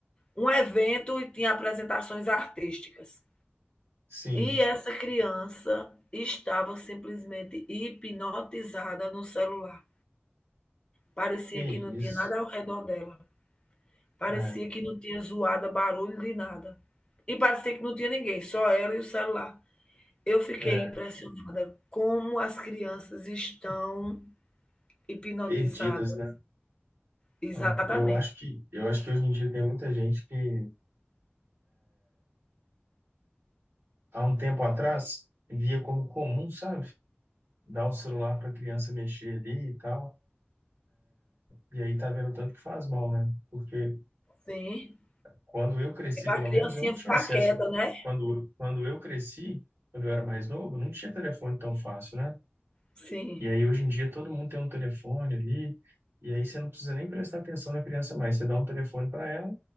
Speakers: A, on the left; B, on the right.
A: um evento e tinha apresentações artísticas.
B: Sim.
A: E essa criança estava simplesmente hipnotizada no celular. Parecia
B: Que isso.
A: que não tinha nada ao redor dela. Parecia
B: É,
A: que não tinha zoada, barulho de nada. E parecia que não tinha ninguém, só ela e o celular. Eu fiquei
B: é.
A: impressionada como as crianças estão hipnotizadas.
B: Perdidas, né?
A: Exatamente.
B: É, eu acho que, eu acho que hoje em dia tem muita gente que, há um tempo atrás, via como comum, sabe? Dar o celular para a criança mexer ali e tal. E aí tá vendo o tanto que faz mal, né? Porque
A: Sim.
B: quando eu cresci,
A: É para
B: pelo
A: a criancinha
B: menos, eu não tinha
A: ficar
B: acesso.
A: quieta, né?
B: Quando, quando eu cresci, quando eu era mais novo, não tinha telefone tão fácil, né?
A: Sim.
B: E aí, hoje em dia, todo mundo tem um telefone ali, e aí você não precisa nem prestar atenção na criança mais. Você dá um telefone para ela,